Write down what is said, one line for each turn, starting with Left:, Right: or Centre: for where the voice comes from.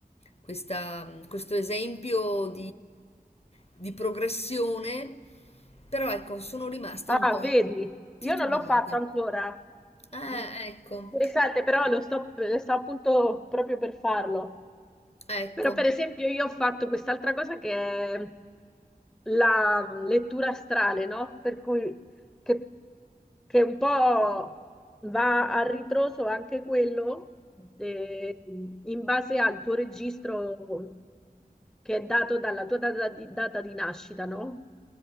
Left: questa- questo esempio di progressione, però ecco, sono rimasta
Centre: Ah,
Left: un po'
Centre: vedi,
Left: titubante.
Centre: io non l'ho fatto ancora.
Left: Eh,
Centre: Mm.
Left: ecco,
Centre: Interessante, però lo sto, lo sto appunto proprio per farlo.
Left: ecco.
Centre: Però, per esempio, io ho fatto quest'altra cosa che è la lettura astrale, no? Per cui che, che un po' va a ritroso anche quello eh, in base al tuo registro che è dato dalla tua data di, data di nascita, no?